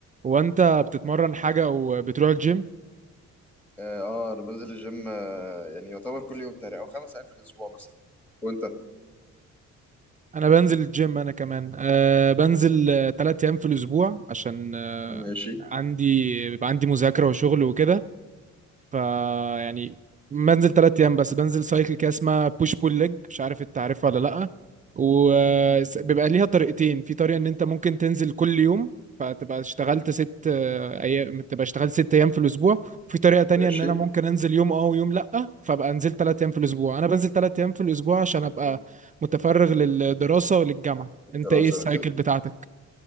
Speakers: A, on the right; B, in the centre.
A: هو انت بتتمرن حاجة او بتروح الجيم
B: اه آه، انا بنزل الجيم آه، يعني يعتبر كل يوم تقريبا او خمس ايام في الاسبوع مثلا وانت
A: انا بنزل الجيم انا كمان أه بنزل آه، تلات ايام في الاسبوع عشان أه
B: ماشي
A: عندي بيبقى عندي مذاكرة وشغل وكده فيعني بنزل ثلاث ايام بس بنزل سايكل كده اسمها بوش بول ليج مش عارف انت عارفها ولا لا وبيبقى ليها طريقتين في طريقه ان انت ممكن تنزل كل يوم فتبقى اشتغلت ست آه، ايام تبقى اشتغلت ست ايام في الاسبوع وفي طريقه تانية
B: ماشي
A: ان انا ممكن انزل يوم اه ويوم لا فبقى انزل ثلاث ايام في الاسبوع انا بنزل ثلاث ايام في الاسبوع عشان ابقى
B: مم.
A: متفرغ للدراسه وللجامعه
B: الدراسة
A: انت ايه السايكل
B: كده
A: بتاعتك